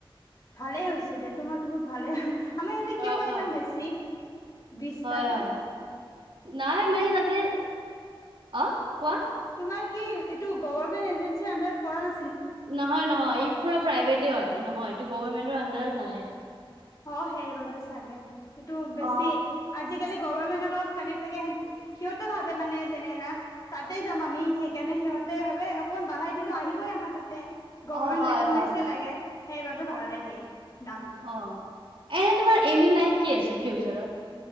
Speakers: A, on the left (about 40°); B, on the right (about 65°).
A: ভালে হৈছে দিয়া তোমাৰতো বহুত ভালে আমাৰ ইয়াতে কিয়
B: অ
A: বা ইমান
B: অ
A: বেছি। বিশটাতে
B: হয় হয়, নাই মই কি তাতে অ কোৱা?
A: তোমাৰ কি এইটো গভাৰমেন্ট এজেন্সি আণ্ডাৰত পৰা না
B: নহয় নহয় এই পুৰা প্ৰাইভেটে হয়, নহয় এইটো গভৰ্মেণ্টৰ আণ্ডাৰত - নাহে।
A: অ সেইবাবে চাগে সেইটো বেছি,
B: অ
A: আজি আজিকালি গভাৰমেণ্টৰ লগত কানেক থাকে, সিহতে ভাবে মানে যেনেকা তাতেই যাম আমি, সেইকাৰণে সিহঁতে ভাবে অকণমান বাঢ়াই দিলো আহিবই আমাৰ তাতে। গভৰ্মেণ্ট
B: অ হয়
A: ৰেকগনাইজেচন
B: হয়।
A: লাগে। সেইবাবে বাঢ়াই দিয়ে দামটো।
B: অ এনে তোমাৰ এইম ইন লাইফ কি আছে ফিচাৰত?